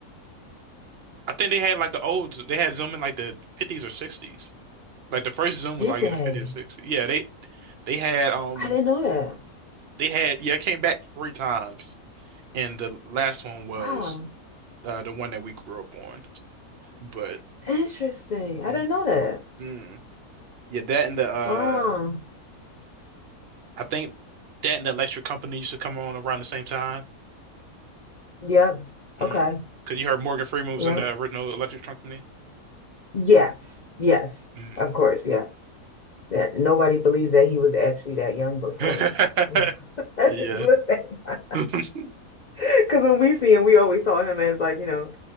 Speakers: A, on the right (about 55°); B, on the left (about 45°).
A: I think they had like an old Zoom- they had Zoom in like the 50s or 60s like the first Zoom was
B: did
A: like
B: they?
A: in the 50s or 60s yeah they they had um
B: I didn't know that.
A: they had yeah it came back three times and the last one was
B: Wow.
A: uh the one that we grew up on but
B: Interesting. I
A: mm,
B: didn't know that.
A: mm. Yeah, that and the uh
B: Wow.
A: I think that and the Electric Company used to come on around the same time.
B: Yep.
A: Mm.
B: Okay.
A: Cause you heard Morgan Freeman was
B: Yeah.
A: in the original Electric Company.
B: Yes. Yes.
A: Mm.
B: Of course. Yeah. Yeah. Nobody believes that he was actually that young before.
A: <laughs>
B: <laughs> He
A: Yeah.
B: looked that young.
A: <laughs>
B: Because when we see him, we always saw him as like, you know,